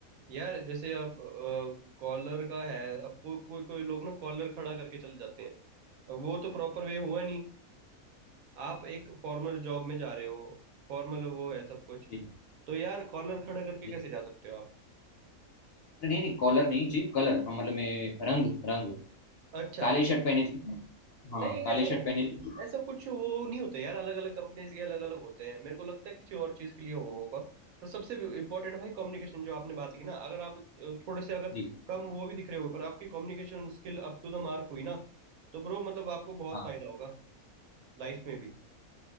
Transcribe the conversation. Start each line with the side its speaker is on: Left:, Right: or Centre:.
Right: यार जैसे आप कॉलर का है अब कोई कोई कोई लोग ना कॉलर खड़ा करके चले जाते हैं अब वो तो प्रॉपर वे हुआ नहीं आप एक फॉर्मल जॉब में जा रहे हो फॉर्मल वो है सब कुछ
Left: जी
Right: तो यार कॉलर खड़ा करके
Left: जी
Right: कैसे जा सकते हो आप
Left: नहीं नहीं कॉलर नहीं जी कलर मतलब मैं रंग रंग
Right: अच्छा
Left: काली शर्ट पहनी थी हाँ
Right: नहीं
Left: काली
Right: ऐसा
Left: शर्ट
Right: तो
Left: पहनी
Right: कुछ
Left: थी
Right: ऐसा कुछ वो नहीं होता यार अलग अलग कंपनीज के अलग अलग होते हैं मेरे को लगता है किसी और चीज के लिए हो होगा पर सबसे इम्पोर्टेंट भाई कम्युनिकेशन जो आपने बात की ना अगर आप अ, थोड़े से अगर
Left: जी
Right: कम वो भी दिख रहे हो पर आपकी communication skill up to the mark हुई ना तो ब्रो मतलब आपको बहुत
Left: हाँ
Right: फायदा होगा लाइफ में भी